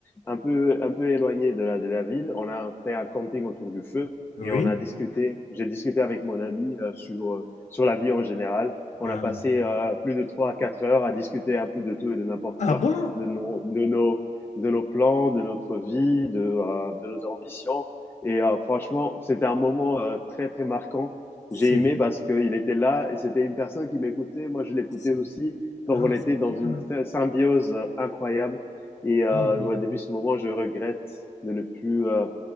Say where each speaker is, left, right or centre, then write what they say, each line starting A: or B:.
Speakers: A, on the left (about 15°); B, on the left (about 60°).
A: un peu, un peu éloignée de la, de la ville. On a fait un camping autour du feu
B: oui.
A: et on a discuté, j'ai discuté avec mon ami euh, sur, euh, sur la vie en général. On
B: Euh,
A: a passé euh, plus de 3 à 4 heures à discuter un peu de tout et de n'importe
B: ah
A: quoi,
B: bon?
A: de nos, de nos, de nos plans, de notre vie, de, euh, de nos ambitions. Et euh, franchement, c'était un moment euh, très, très marquant.
B: C'est,
A: J'ai aimé parce qu'il était là et c'était une personne qui m'écoutait. Moi, je l'écoutais
B: c'est,
A: aussi. Donc,
B: ah,
A: on était
B: c'est
A: dans
B: bien.
A: une sy- symbiose euh, incroyable. Et euh,
B: Ah, mais,
A: ouais, depuis ce moment, je regrette de ne plus euh,